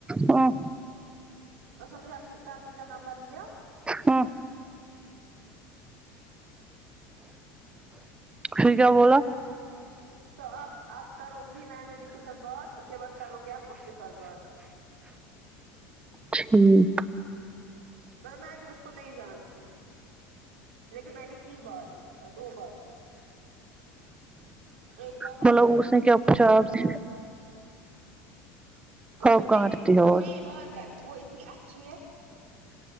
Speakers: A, on the right (about 15°); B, on the right (about 80°).
A: ہوں
B: اس نے مجھے اپنی کزن کا نمبر دیا
A: ہوں پھر کیا بولا
B: تو اپ آپ کرو گی نینودی کے ساتھ بات اس کے بعد کرو گے آپ اس کے ساتھ بات
A: ٹھیک
B: مطب میں بھی اس کو نہیں جانتی ہوں لیکن میں نے کی بات اس کے ساتھ دو بات ایک بار نہ
A: مطلب
B: ایک بار
A: اس نے کیا پوچھاآپ سے
B: کچھ
A: آپ
B: نہیں
A: کہاں رہتی ہو
B: ہم یہی بات کر رہے تھے وہ اتنی اچھی ہے